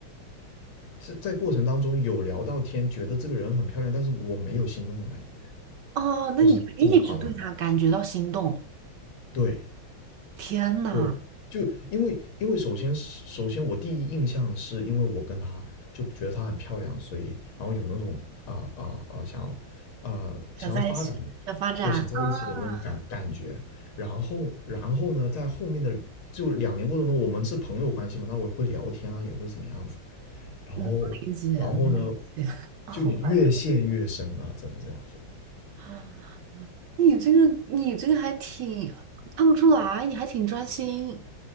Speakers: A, on the left (about 85°); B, on the right (about 65°).
A: 在在过程当中有聊到天，觉得这个人很漂亮，但是我没有心动的感觉，
B: 哦，
A: 就是这么夸张。
B: 那你就一直对他感觉到心动，
A: 对，
B: 天呐，
A: 对，就因为因为首先是首先我第一印象是因为我跟她就觉得她很漂亮，所以然后有那种啊啊啊想要啊、
B: 想在一起，
A: 想要发展的，
B: 想发展啊，
A: 对，想在一起的那种感感觉。然后然后呢，在后面的就两年过程中，我们是朋友关系嘛，那我也会聊天啊，也会怎么样子。然后然后呢，
B: 能理解，能理解。<laughs> Oh
A: 就越陷越深啊，
B: my
A: 只能这样说。
B: god，<laughs> 你这个你这个还挺看不出来，你还挺专心。